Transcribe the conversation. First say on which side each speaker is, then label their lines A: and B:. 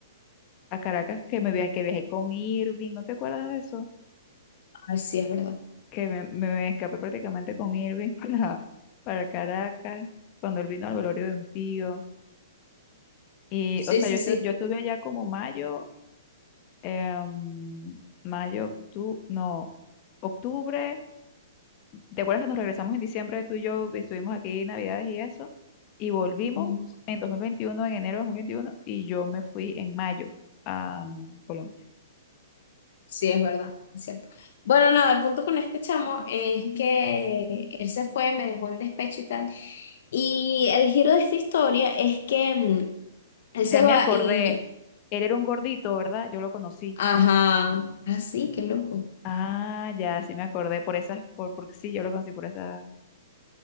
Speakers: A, on the left (about 35°); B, on the left (about 60°).
A: a Caracas que me viajé, que viajé con Irving, ¿no te acuerdas de eso?
B: ah sí, es verdad.
A: que me, me escapé prácticamente con Irving <laughs> para, para Caracas, cuando él vino al velorio de un tío. Y,
B: Sí,
A: o sea,
B: sí,
A: yo, estu-
B: sí.
A: yo estuve allá como mayo, em, mayo, octubre, no, octubre. ¿Te acuerdas que nos regresamos en diciembre, tú y yo y estuvimos aquí Navidades y eso? Y volvimos
B: Mm,
A: en 2021 en enero de 2021 y yo me fui en mayo a Colombia.
B: Sí, es verdad, es cierto. Bueno, nada, el punto con este chamo es que él se fue, me dejó en despecho y tal. Y el giro de esta historia es que mm, él se
A: Ya me
B: va
A: acordé,
B: y
A: él era un gordito, ¿verdad? Yo lo conocí.
B: Ajá. Ah, sí, qué loco.
A: Ah, ya, sí me acordé por esas, por, porque sí, yo lo conocí por esas.